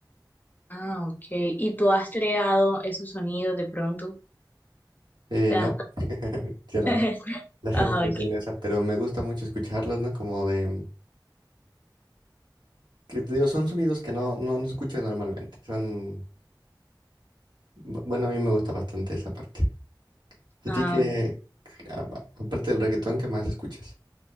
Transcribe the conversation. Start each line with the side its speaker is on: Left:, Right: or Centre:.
Left: Ah, ok. ¿Y tú has creado esos sonidos de pronto?
Right: Eh,
Left: <laughs> ¿Te
Right: ¿no?
Left: das
Right: <laughs> Ya no.
Left: cuenta? <laughs>
Right: La verdad
Left: Ah,
Right: no
Left: ok.
Right: tengo esa, pero me gusta mucho escucharlos, ¿no? Como de, que te digo, son sonidos que no, no, no escuchas normalmente. Son, bu- bueno, a mí me gusta bastante esa parte. ¿A
Left: Ah,
Right: ti que
Left: ok.
Right: aparte del reggaetón, qué más escuchas?